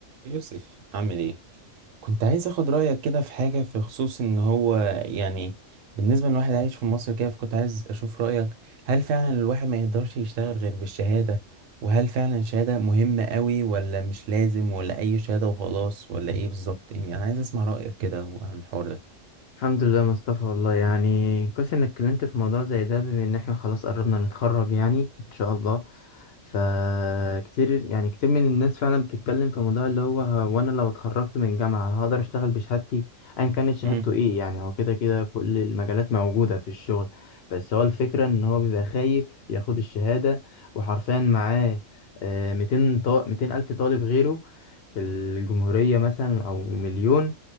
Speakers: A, on the right; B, on the left.
A: يوسف عامل ايه كنت عايز اخد رايك كده في حاجه في خصوص ان هو يعني بالنسبه لواحد عايش في مصر كده فكنت عايز اشوف رايك هل فعلا الواحد ما يقدرش يشتغل غير بالشهاده وهل فعلا الشهاده مهمه قوي ولا مش لازم ولا اي شهاده وخلاص ولا ايه بالظبط يعني انا عايز اسمع رايك كده عن الحوار ده
B: الحمد لله مصطفى والله يعني كويس انك اتكلمت في موضوع زي ده بما ان احنا خلاص قربنا نتخرج يعني ان شاء الله فكتير يعني كتير من الناس فعلا بتتكلم في موضوع اللي هو هو انا لو اتخرجت من جامعة هقدر اشتغل بشهادتي ايا كانت شهادته
A: امم
B: ايه يعني هو كده كده كل المجالات موجودة في الشغل بس هو الفكرة ان هو بيبقى خايف ياخد الشهادة وحرفيا معاه آه، 200 طا- 200 الف طالب غيره في الجمهورية مثلا او مليون